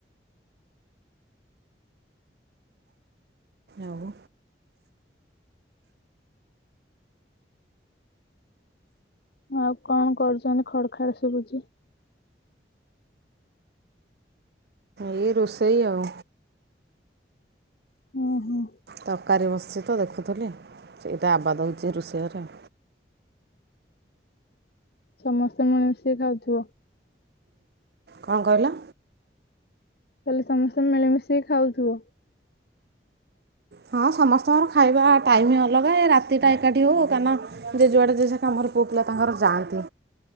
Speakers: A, on the right; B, on the left.
A: ଆଉ
B: ଆଉ କଣ କରୁଛନ୍ତି ଖଡ ଖାଡ ଶୁଭୁଛି।
A: ଏ ରୋଷେଇ ଆଉ
B: ଓ ହୋ।
A: ତରକାରୀ ବ <unintelligible> ଆବାଦ ହେଉଛି ରୋଷେଇ ଘରେ <inaudible>
B: ସମସ୍ତେ ମିଳି ମିଶେଇ ଖାଉଥିବ?
A: କଣ କହିଲ?
B: ତାହଲେ ସମସ୍ତେ ମିଳିମିଶି ଖାଉଥିବ। <inaudible>
A: ହଁ ସମସ୍ତଙ୍କର ଖାଇବା ଟାଇମ ହିଁ ଅଲଗା ଏ ରାତି ଟା ଏକାଠି ହଉ। କାରଣ ଯିଏ ଯୁଆଡେ ଯେଝା ପୁଅ ପିଲା ତାଙ୍କର ଯାଆନ୍ତି।